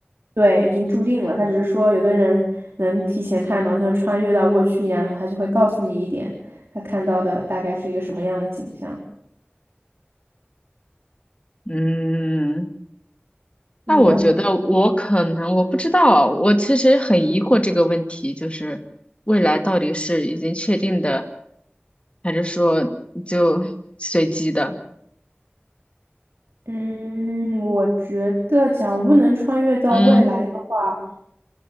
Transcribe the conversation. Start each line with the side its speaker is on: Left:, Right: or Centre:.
Right: 对，已经注定了。他只是说，有的人能提前看到，就像穿越到过去一样，然后他就会告诉你一点他看到的大概是一个什么样的景象。
Left: 嗯，
Right: 你呢？
Left: 那我觉得我可能我不知道，我其实很疑惑这个问题，就是未来到底是已经确定的，还是说就 <laughs> 随机的？
Right: 嗯，我觉得假如能穿越到未来的话，
Left: 嗯，